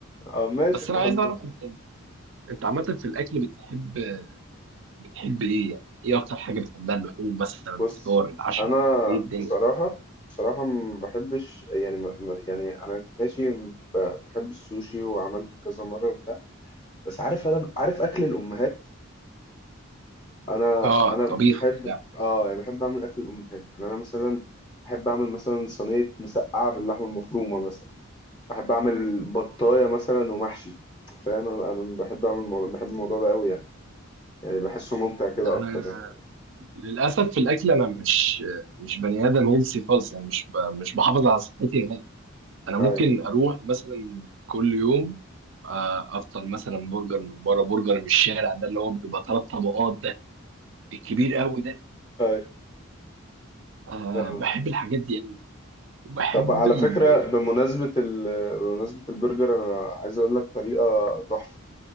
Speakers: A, on the left; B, on the right.
A: آه، ماشي
B: بس انا
A: احب
B: عايز اعرف انت انت عامه في الاكل بتحب بتحب ايه يعني ايه اكتر حاجه بتحبها اللحوم مثلا
A: بص
B: الفطار العشاء
A: انا
B: ايه الدنيا
A: بصراحه بصراحه ما بحبش يعني ما ما- يعني انا ماشي م- بحب السوشي وعملته كذا مره وبتاع بس عارف انا عارف اكل الامهات انا
B: اه
A: انا
B: طبيخ
A: بحب
B: وبتاع
A: اه يعني بحب اعمل اكل الامهات يعني انا مثلا بحب اعمل مثلا صينيه مسقعه باللحمه المفرومه مثلا بحب اعمل بطايه مثلا ومحشي فاهم انا انا بحب اعمل الموضوع بحب الموضوع ده قوي يعني يعني بحسه ممتع كده
B: لا انا
A: اكتر يعني
B: للاسف في الاكل انا مش مش بني ادم هيلسي خالص يعني مش ب... مش بحافظ على صحتي نهائي انا ممكن
A: اي
B: اروح مثلا كل يوم آه، افطر مثلا برجر من بره برجر من الشارع ده اللي هو بيبقى ثلاث طبقات ده الكبير قوي ده
A: اي
B: آه
A: آه.
B: بحب الحاجات دي وبحب
A: طب على
B: ال
A: فكره بمناسبه ال... بمناسبه البرجر انا عايز اقول لك طريقه تحفه